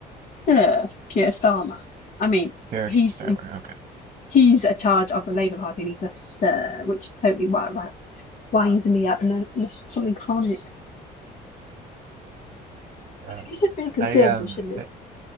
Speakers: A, on the left; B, on the right.
A: Sir Keir Starmer. I mean,
B: Keir
A: he's
B: Starmer. Okay.
A: he's a charge of the Labour Party and he's a sir, which totally wi- wi- winds me up. No, no, something chronic.
B: Yeah.
A: I mean, he should be a conservative,
B: I um.
A: shouldn't he?
B: i-